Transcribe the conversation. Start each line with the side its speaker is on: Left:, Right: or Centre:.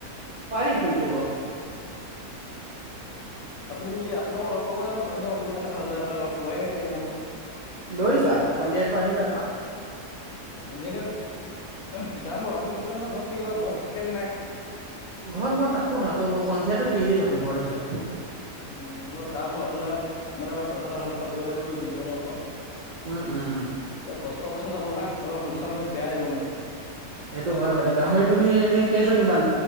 Right: পাৰী খুলি দিব।
Left: আপুনি কি আপোনাক মই লগ পাব মই কথা পাতিৰ কাৰণে ভাল হয় আপোনাক লগ পোৱাই নাই এতিয়া মই।
Right: দোৰিবা সন্ধিয়াকৈ আহিবা এপাক।
Left: অঁ সন্ধিয়াকৈ যাম বাৰু আপুনি কিমান সময় ঘৰত থাকিব বা ঘৰত থাকেনে নাই?
Right: ঘৰত মই থাকোঁ থাকোঁ মই সন্ধিয়াটো ফ্ৰিয়ে থাকোঁ ঘৰতে থাকোঁ।
Left: উমঁ মই যাম বাও আপোনাৰ মানে অলপ কথা চথা ভালকৈ পাতিব লাগিবত বিশছজনৰ ওপৰত।
Right: উমঁ উমঁ!
Left: এতিয়া কষ্ট পইচা যাব না অলপ লোকচান হ'লে বেয়া লাগিব মানে।
Right: সেইটো হয় বাইদে গাহৰি তুমি এনেই কেইজনীমান